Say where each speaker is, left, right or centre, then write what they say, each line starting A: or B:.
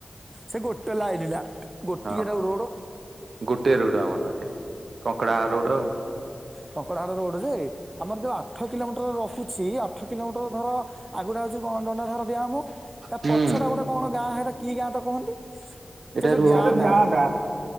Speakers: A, on the right (about 30°); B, on the right (about 80°).
A: ସେ ଗୋଟେ ଲାଇଲିଲା ଗୋଟିଏ
B: ହଁ
A: ର ରୋଡ
B: ଗୋଟେ ଆମର ଏଠି କଙ୍କଡାହାଡ଼ ରୋଡ୍ ଆଉ।
A: କଙ୍କଡାହାଡ଼ ରୋଡ ଯେ ଆମର ଯୋଉ ଆଠ କିଲୋମିଟର ରହୁଛି ଆଠ କିଲୋମିଟର ଧର ଆଗୁଟା ହେଉଛି କଣ? ଦଣ୍ଡାଧାର ଡିଆମ ତା
B: ହୁଁ
A: ପଛଟା ଗୋଟେ କଣ ଗାଁ ହେଇଟା କି ଗାଁ ତ କୁହନ୍ତି। ସେ
B: ଏଟା
A: ଯୋଉ
B: ରୁହ
A: ଗାଁ
B: କଣ
A: ଟା